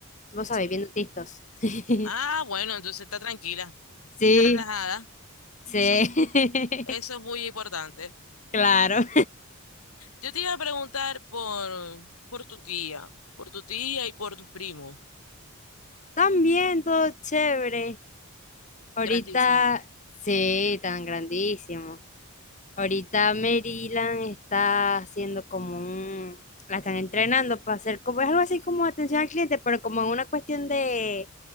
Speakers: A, on the left (about 35°); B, on the left (about 80°).
A: Vos sabés,
B: Sí.
A: viendo tistos. <laughs>
B: Ah, bueno, entonces está tranquila.
A: Sí,
B: Está relajada.
A: sí.
B: Eso,
A: <laughs>
B: eso es muy importante.
A: Claro.
B: Yo te iba a preguntar por, por tu tía, por tu tía y por tus primos.
A: También todo chévere. Ahorita,
B: Grandísimo.
A: sí, tan grandísimo. Ahorita Maryland está haciendo como un, la están entrenando para hacer como, es algo así como atención al cliente, pero como en una cuestión de